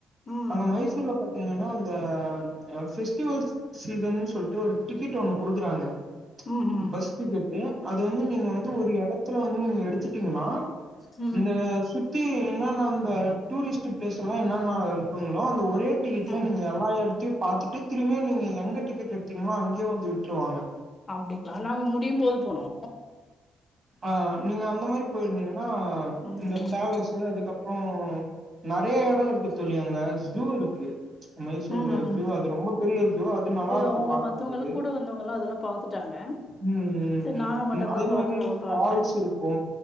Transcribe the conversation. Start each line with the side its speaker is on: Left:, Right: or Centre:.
Left: ம்
Right: அங்க மைசூர்ல பத் ங்கன்னா அந்த ஃபெஸ்டிவல்ஸ் சீசன்னு சொல்ட்டு ஒரு டிக்கெட் ஒன்னு கொடுக்குறாங்க
Left: ம் ம்
Right: பஸ் டிக்கெட்டு அது வந்து நீங்க வந்து ஒரு எடத்துல வந் நீங்க எடுத்துட்டீங்ன்னா
Left: ம்
Right: இந்த சுத் பத்தி என்னென்னா அந்த டூரிஸ்ட் பிளேஸ் எல்லாம் என்னன்னா இருக்குங்களோ அந்த ஒரே <unintelligible>
Left: ம்
Right: நீங்க எல்லா எடுத்தையு பார்த்துட்டு திரும்மயு நீங்க எங்க டிக்கெட் எடுத்தீங்களோ அங்கே வந்து வி விட்ருவாங்க
Left: அப்டிங்களா நாங்க முடியும்போது போனோ
Right: ஆஹ் நீங்க அந்த மாரி போயிருந்தீங்கன்னா
Left: ம்
Right: இந்த பேலஸு அதுக்கப்புறோ நறைய எடொ இருக்கு தோழி அங்க ஜூ இருக்கு மைசூர்ல
Left: ம் ம்.
Right: ஜூ அது ரொம்ப பெரிய ஜூ அது நல்லாருக்கு
Left: அவங்க
Right: பாக்கறதுக்கு
Left: மத்தவங்க கூட வந்தவங்கலாம் அதெல்லாம் பார்த்துட்டாங்க
Right: ம் ம்
Left: சரி
Right: ம்
Left: நாங்க மட்டும்தான்
Right: ம் அதே
Left: பா
Right: மாரி ஃபால்ஸ்
Left: பார்க்கல
Right: இருக்கூ